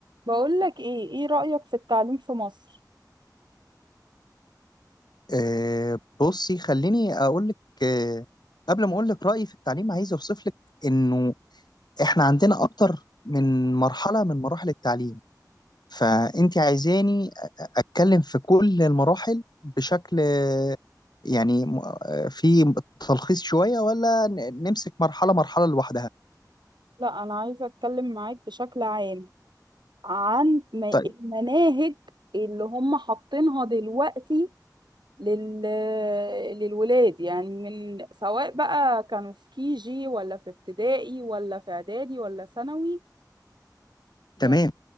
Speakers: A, on the right; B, on the left.
A: بقول لك ايه ايه رأيك في التعليم في مصر
B: آه، بصي خليني اقول لك آه، قبل ما اقول لك رايي في التعليم عايز اوصف لك انه احنا عندنا اكتر من مرحله من مراحل التعليم فانت عايزاني أ- أ- اتكلم في كل المراحل بشكل يعني م- آه، في تلخيص شويه ولا ن- نمسك مرحله مرحله لوحدها
A: لا انا عايزة اتكلم معاك بشكل عام عن م-
B: طيب
A: المناهج اللي هم حاطينها دلوقتي لل... للولاد يعني من سواء بقى كانوا في كي جي ولا في ابتدائي ولا في اعدادي ولا ثانوي
B: تمام
A: يعني